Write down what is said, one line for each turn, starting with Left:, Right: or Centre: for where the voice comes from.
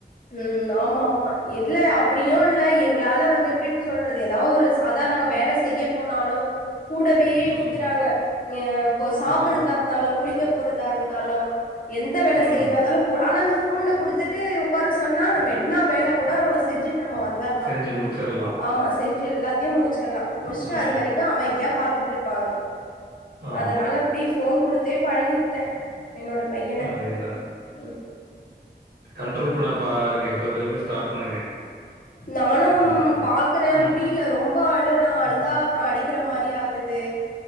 Left: ம் ஆமா ஆமா இல்ல அப்டியு இல்ல எங்களால வந்து எப்டி இப்ப சொல்றது ஏதா ஒரு அதா நாங்க வேல செய்ய போனாலு கூடவே
Right: ம்
Left: நிக்கிறாங்க ஏ சாப்றதா
Right: ஆ,
Left: இருந்தாலு குளி க்க போறதா இருந்தாலு எந்த வேல
Right: ம்
Left: செய்றதா இருந்தாலு ஆனா அந்த ஃபோன குடுத்துட்டு உக்கார சொன்னா நம்ம என்னா வேல கூட செஞ்சுட்டு நம்ம வந் தர்லா
Right: செஞ்சு முடிச்சிடலாம்
Left: ஆமா செஞ்சி எல்லாத்தையு முடிச்சிருலா முடிச்சிட்டு
Right: ஆ,
Left: அது வரைக்கு அமைதியா பாத்துட்டு இருப் பாங்க
Right: ஆமா
Left: அதுனால அப்டியே ஃபோன் குடுத்தே பழகிக்கிட்ட என்னோட பையன
Right: அதேதான்
Left: ம்
Right: கண்ட்ரோல் பண்ண பாருங்க இப்போதுல இருந்து ஸ்டார்ட் பண்ணுங்க
Left: நானு
Right: ஆ, அது
Left: பாக்குற
Right: ம்
Left: முடியில ரொம்போ அழுறா அழுதா
Right: ம்,
Left: அப்புறோ அடிக்கிற மாரி ஆகுது